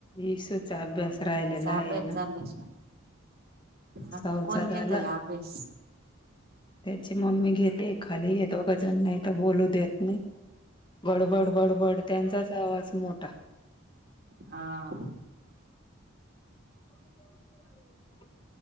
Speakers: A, on the left; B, on the right.
A: इसूचा अभ्यास
B: ही
A: राहिलेला
B: तिचा
A: आहे
B: अभ्यास
A: ना
B: चालू असणार हा
A: सहाचा
B: कां कोण
A: झाला
B: घेतय अभ्यास?
A: त्याची मम्मी घेते खालीये दोघ जण नाय तो बोलू देत. नही बडबड बडबड त्यांचाच आवाज मोठा.
B: आ
A: <unintelligible>